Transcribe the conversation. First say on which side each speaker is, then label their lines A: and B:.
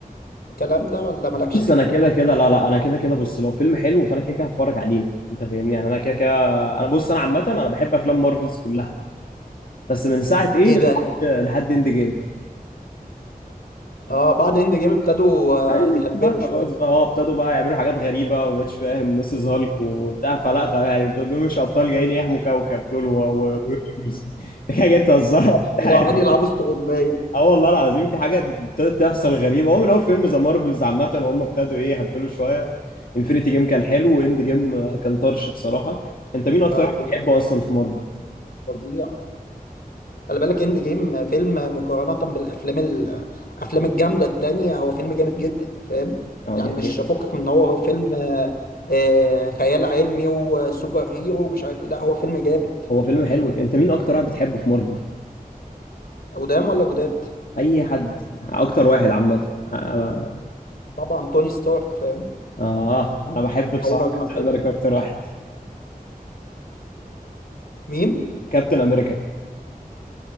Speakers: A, on the left (about 90°); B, on the left (about 70°).
A: الكلام ده ولا مالكش
B: بص
A: فيه
B: انا كده كده لا لا انا كده كده بص لو فيلم حلو فانا كده كده هتفرج عليه انت فاهمني يعني انا كده كده انا بص انا عامه انا بحب افلام مارفلز كلها بس من ساعه ايه
A: ايه
B: من
A: ده
B: لحد لحد اند جيم
A: اه بعد اند جيم ابتدوا آه،
B: <laughs> أي-
A: يهبلوا
B: بقى خلاص
A: شويه
B: بقى هو ابتدوا بقى يعملوا حاجات غريبة وما بقتش فاهم ميسيس هالك وبتاع فلا خ- يعني دول دول مش أبطال جايين يحموا كوكب دول و... و... و... <laughs> دي حاجة تهزرها مش عارف
A: عيني يلعبوا استغمايه
B: اه والله العظيم في حاجة ابتدت تحصل غريبة هو من أول فيلم ذا مارفلز عامة وهم ابتدوا إيه يهبلوا شوية انفينيتي جيم كان حلو واند جيم كان طرش بصراحة أنت مين أكتر
A: اه
B: واحد
A: اند جيم
B: بتحبه أصلا في مارفل؟
A: فظيع خلي بالك اند جيم فيلم مقارنة بالافلام ال- الافلام الجامدة التانية هو فيلم جامد جدا فاهم
B: أه
A: يعني
B: دي حقيقة
A: مش فكك من ان هو فيلم آه، آه، خيال علمي وسوبر هيرو ومش عارف ايه لا هو فيلم جامد
B: هو فيلم حلو أنت مين أكتر واحد بتحبه في مارفل؟
A: قدام ولا جداد
B: أي حد أكتر واحد عامة آه،
A: طبعا توني ستارك فاهم
B: اه انا بحب بصراحه
A: اولا واحدا
B: كابتن امريكا اكتر واحد
A: مين
B: كابتن امريكا